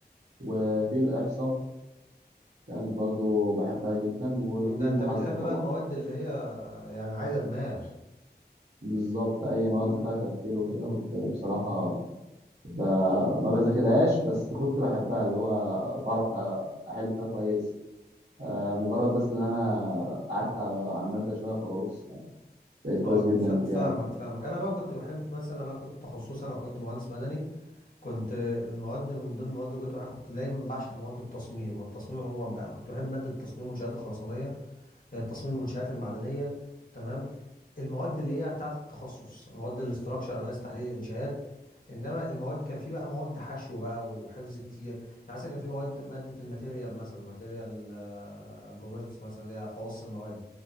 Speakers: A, on the right (about 70°); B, on the left (about 55°).
A: وفي الاحصاء كان برضو بحبها جدا وفي
B: مم، ده انت
A: المحاسبه
B: بتحب
A: طبعا
B: بقى المواد اللي هي يعني عايزة دماغ
A: بالظبط اي مواد فيها تفكير وكده كنت بصراحه ب... ما بذاكرهاش بس كنت بحبها اللي هو بعرف أ- احل فيها كويس آه، مجرد بس ان انا قعدت على على الماده شويه خلاص يعني بقيت كويس
B: اه
A: جدا
B: ف- فاهمك
A: فيها
B: فاهمك انا بقى كنت بحب مثلا انا كنت تخصصي انا كنت مهندس مدني كنت المواد من ضمن المواد اللي كنت بحبها كنت دايما بعشق مواد التصميم التصميم عموما بقى انا كنت بحب مادة التصميم والمنشآت الخرسانية آه، تصميم المنشآت المعدنية تمام المواد اللي هي بتاعة التخصص مواد الاستراكشر اناليز تحليل الانشاءات انما المواد كان في بقى مواد حشو بقى وحفظ كتير يعني مثلا كان في مواد مادة الماتيريال مثلا ماتيريال آه، بروبرتس مثلا اللي هي خواص المواد